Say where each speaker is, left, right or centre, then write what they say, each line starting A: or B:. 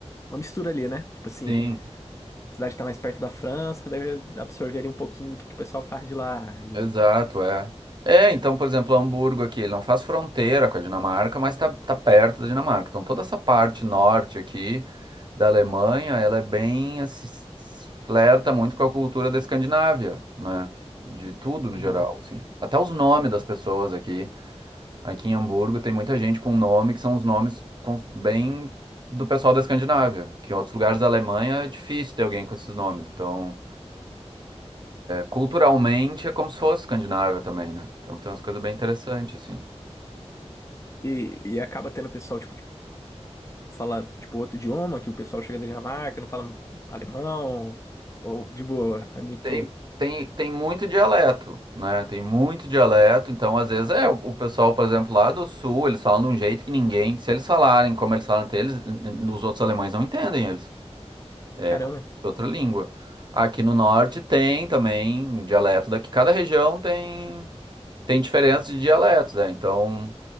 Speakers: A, on the left; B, on the right.
A: uma mistura ali, né? Tipo assim,
B: Sim.
A: a cidade tá mais perto da França, deve absorver ali um pouquinho do que, que o pessoal faz de lá. E,
B: Exato, é. É, então, por exemplo, Hamburgo aqui, ele não faz fronteira com a Dinamarca, mas tá, tá perto da Dinamarca. Então, toda essa parte norte aqui da Alemanha, ela é bem, assim, s- flerta muito com a cultura da Escandinávia, né? De tudo no
A: Uhum.
B: geral, assim. Até os nomes das pessoas aqui. Aqui em Hamburgo tem muita gente com nome que são os nomes cons- bem do pessoal da Escandinávia, que em outros lugares da Alemanha é difícil ter alguém com esses nomes. Então. Culturalmente é como se fosse Escandinávia também, né? Então tem umas coisas bem interessantes, assim.
A: e, e acaba tendo pessoal, tipo, que fala, tipo, outro idioma, que o pessoal chega da Dinamarca, não fala alemão, ou de boa, é muito.
B: Tem, tem, tem muito dialeto, né? Tem muito dialeto, então às vezes é, o o pessoal, por exemplo, lá do sul, eles falam de um jeito que ninguém, se eles falarem como eles falam entre eles, n- n- os outros alemães não entendem eles. É
A: Caramba.
B: como se fosse outra língua. Aqui no norte tem também dialeto daqui, cada região tem, tem diferença de dialetos, né? Então,